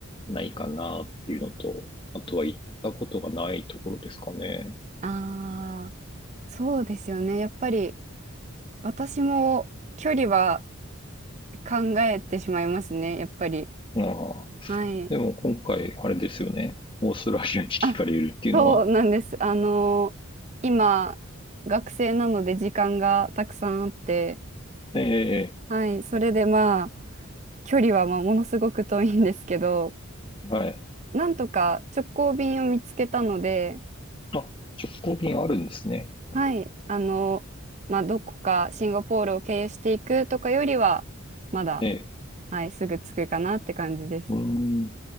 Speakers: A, on the left; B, on the right.
A: ないかなっていうのと、あとは行ったことがないところですかね。
B: ああ、そうですよね。やっぱり私も距離は考えてしまいますね。やっぱり。
A: ああ。
B: はい。
A: でも今回、あれですよね。オーストラリアに聞かれるっていうのは、
B: あ、そうなんです。あの今、学生なので時間がたくさんあって、
A: ええ
B: はい。それでまあ、距離はまあものすごく遠いんですけど、
A: はい。
B: なんとか直行便を見つけたので、
A: まあ、直行便あるんですね。
B: はい、あの、まあ、どこかシンガポールを経由していくとかよりは、まだ、
A: ええ。
B: はい、すぐ着くかなって感じです。
A: うん。